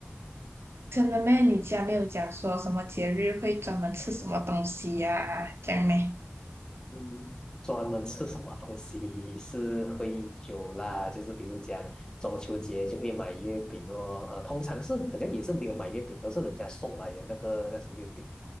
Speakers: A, on the right; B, on the left.
A: 真的咩？你家没有讲说什么节日会专门吃什么东西呀、这样咩？
B: 嗯，专门吃什么东西是会有啦，就是比如讲中秋节就会买月饼哦，呃，通常是好像也是没有买月饼，都是人家送来的那个那些月饼。